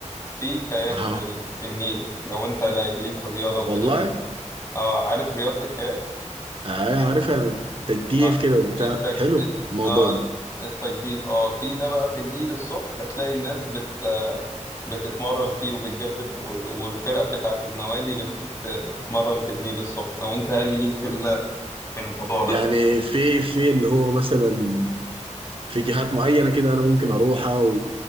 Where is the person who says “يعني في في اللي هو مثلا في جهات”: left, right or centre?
Right